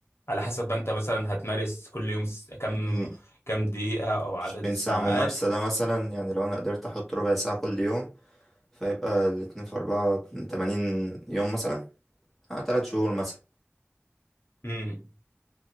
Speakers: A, on the left; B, in the centre.
A: على حسب ما انت مثلا هتمارس كل يوم س- كم
B: أمم.
A: كم دقيقه او عدد
B: بين
A: الساعات
B: ساعة ممارسة ده مثلا يعني لو أنا قدرت أحط ربع ساعة كل يوم فيبقى الاتنين في أربعة من تمانين يوم مثلا أه تلات شهور مثلا
A: مم.